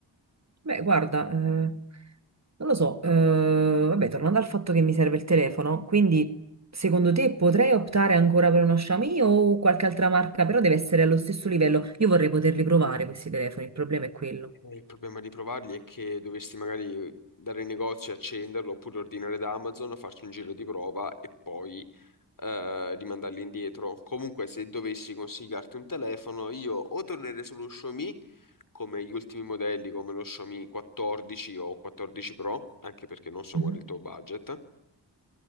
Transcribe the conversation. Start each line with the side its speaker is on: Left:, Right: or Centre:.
Right: Beh, guarda, eh, non lo so, eh, vabbè, tornando al fatto che mi serve il telefono, quindi secondo te potrei optare ancora per uno Xiaomi o qualche altra marca, però deve essere allo stesso livello. Io vorrei poterli provare questi telefoni, il problema è quello.
Left: Eh, Il problema di provarli è che dovresti magari dare in negozio e accenderlo oppure ordinare da Amazon, farci un giro di prova e poi eh, rimandarli indietro. Comunque, se dovessi consigliarti un telefono, io o tornerei sullo Xiaomi come gli ultimi modelli, come lo Xiaomi 14 o 14 Pro, anche perché non so
Right: Mhm.
Left: qual è il tuo budget,